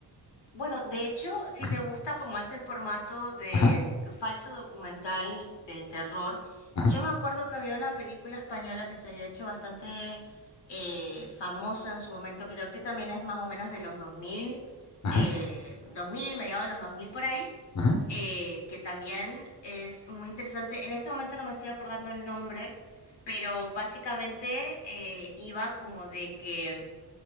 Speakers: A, on the left; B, on the left.
A: Bueno, de hecho, si
B: Ajá,
A: te gusta como ese formato de
B: ajá,
A: falso documental de terror,
B: ajá,
A: yo me acuerdo que había una película española que se había hecho bastante eh, famosa en su momento, creo que también es más o menos de los 2000,
B: ajá,
A: eh, 2000, mediados de los 2000 por ahí,
B: ajá,
A: eh, que también es muy interesante. En este momento no me estoy acordando el nombre, pero básicamente eh, iba como de que